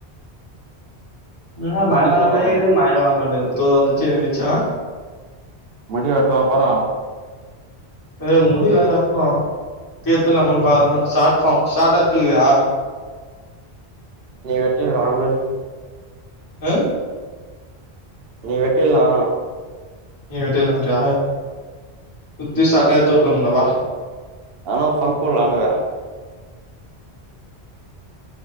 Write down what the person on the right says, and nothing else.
முடி
வெட்ட
போறியா
முடி வெட்டவா போறோ
நீ வெட்டி நாவுல
நீ வெட்டிலா
ஆனா ஃபங்க்குலானு